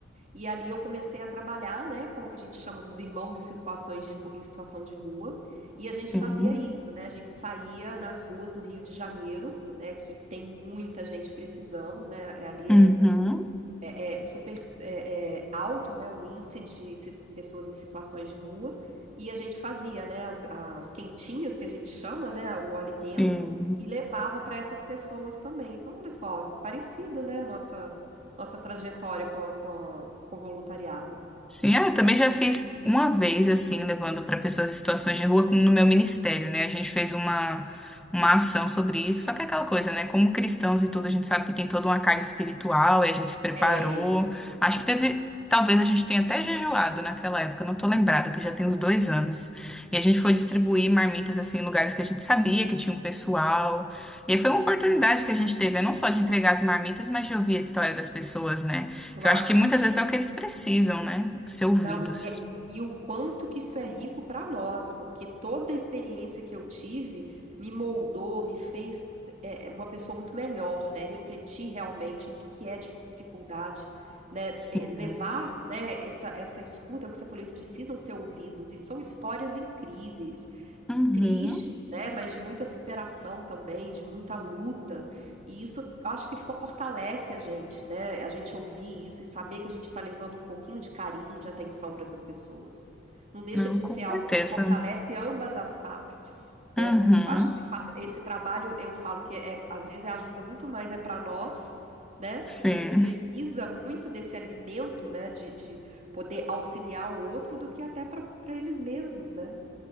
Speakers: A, on the right (about 40°); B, in the centre.
A: E ali eu comecei a trabalhar, né, com o que a gente chama dos irmãos em situações de, ru- em situação de rua. E a gente
B: Sim.
A: fazia isso, né? A gente saía nas ruas do Rio de Janeiro, né, que tem muita gente precisando, né? é Ali
B: Uhum.
A: é muito é, é super é, é alto, né, o índice de si- pessoas em situações de rua, e a gente fazia, né, as, as quentinhas que a gente chama, né, o alimento,
B: Sim.
A: e levava para essas pessoas também. Então, olha só, parecido, né, a nossa, nossa trajetória com, a- com, a- com o voluntariado.
B: Sim, ah, eu também já fiz uma vez, assim, levando para pessoas em situações de rua, como no meu ministério, né? A gente fez uma, uma ação sobre isso, só que é aquela coisa, né? Como cristãos e tudo, a gente sabe que tem toda uma carga espiritual e a gente se preparou.
A: Tem.
B: Acho que teve, talvez a gente tenha até jejuado naquela época, não tô lembrada, que já tem uns dois anos. E a gente foi distribuir marmitas, assim, em lugares que a gente sabia que tinha um pessoal. E aí foi uma oportunidade que a gente teve, né? não só de entregar as marmitas, mas de ouvir a história das pessoas, né?
A: Eu
B: Que
A: acho
B: eu acho que muitas
A: que
B: vezes
A: isso.
B: é o que eles precisam, né? Ser ouvidos.
A: Não, e, é- e o quanto que isso é rico para nós, porque toda a experiência que eu tive me moldou, me fez é, é, uma pessoa muito melhor, né? Refletir realmente o que, que é dificuldade, né?
B: Sim.
A: E Levar, né, essa, essa escuta, é o que você falou, eles precisam ser ouvidos, e são histórias incríveis,
B: Uhum.
A: tristes, né? Mas de muita superação também, de muita luta. E isso acho que fortalece a gente, né? A gente ouvir isso e saber que a gente está levando um pouquinho de carinho, de atenção para essas pessoas. Não deixa
B: Não,
A: de
B: com
A: ser
B: certeza.
A: algo que fortalece ambas as partes, né?
B: Uhum.
A: Eu acho que fa- esse trabalho, eu falo que é, às vezes é ajuda muito mais é para nós, né?
B: Sim.
A: Que a gente precisa muito desse alimento, né? De, de poder auxiliar o outro do que até para para eles mesmos, né?